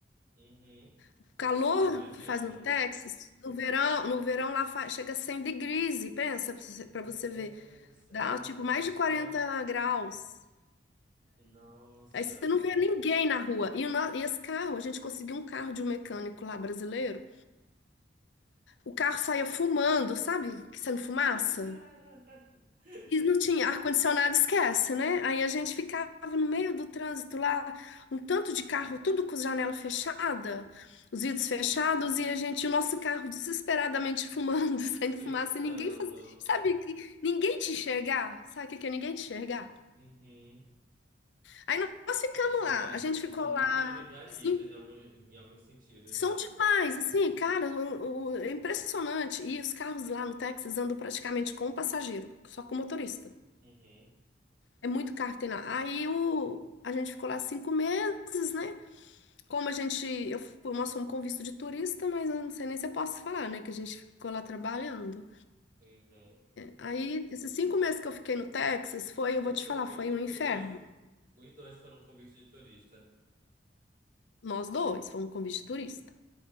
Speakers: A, on the right; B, on the left.
A: uhum.
B: O
A: Eu
B: calor
A: sei, eu imagino.
B: que faz no Texas, no verão, no verão lá fa- chega a 100 degrees, e pensa para você pra
A: Meu
B: você
A: Deus
B: ver,
A: do céu,
B: dá tipo
A: já
B: mais
A: pensou?
B: de 40 graus.
A: Nossa.
B: Aí você não vê ninguém na rua. E, o no- e esse carro, a gente conseguiu um carro de um mecânico lá brasileiro. O carro saía fumando, sabe? Que saindo fumaça.
A: <laughs>
B: E não tinha ar-condicionado, esquece, né? Aí a gente ficava no meio do trânsito lá, um tanto de carro, tudo com janela fechada, os vidros fechados, e a gente, o nosso carro desesperadamente fumando, <laughs> saindo
A: Fritando.
B: fumaça, e ninguém fazia. Sabe que ninguém te enxergar? Sabe o que que é ninguém te enxergar?
A: Uhum.
B: Aí nós nós ficamos
A: Eles são
B: lá,
A: mais,
B: a gente
A: eles
B: ficou
A: são muito
B: lá,
A: individualistas
B: assim,
A: em alguns, em alguns sentidos,
B: são
A: né?
B: demais, assim, cara, o- o- é impressionante. E os carros lá no Texas andam praticamente com um passageiro, só com o motorista.
A: Uhum.
B: É muito caro que tem lá. Aí o, a gente ficou lá cinco meses, né? Como a gente, eu fui, nós fomos com visto de turista, mas eu não sei nem se eu posso falar, né? Que a gente ficou lá trabalhando.
A: Uhum.
B: Aí, esses cinco meses que eu fiquei no Texas, foi, eu
A: Os,
B: vou te
A: do,
B: falar, foi
A: os, do,
B: um inferno.
A: os dois, fo- os dois foram convite de turista.
B: Nós dois fomos com visto
A: Uhum.
B: de turista.